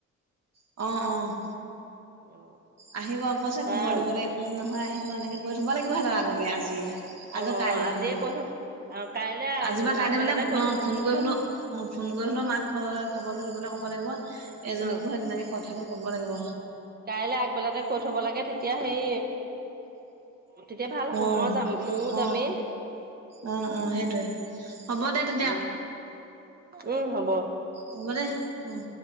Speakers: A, on the right; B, on the right.
A: অ‌ অ
B: অ।
A: আহিব অ কৈছে
B: প্ৰায়
A: খবৰ দিবলৈ একো নহয় আহিম আ এনেকে কৈ থব লাগিব সিহতৰ আগতি আজিয়ে।
B: অ',
A: আক কাইলে
B: আজিয়ে
A: মানলে
B: কৈ থ অ', কাইলে
A: আজি পৰা কাইলে
B: আগবেলাতে
A: মানে অ
B: কৈ থ
A: ফোন কৰি হলৌ অ ফোন কৰি হ'লেও মাক খ খবৰটো দিবলৈ ক'ব লাগিব এজনীকো
B: অ',
A: সে তেনেকে কথাটো ক'ব লাগিব।
B: কাইলে আগবেলাতে কৈ থব লাগে তেতিয়া সেই তেতিয়া ভাল হ'ব
A: অ অ
B: মই যাম ময়ো যামেই।
A: অ অ সেইটোয়ে। হ'ব দে তেত
B: উম উম হব।
A: হ'ব দে উম।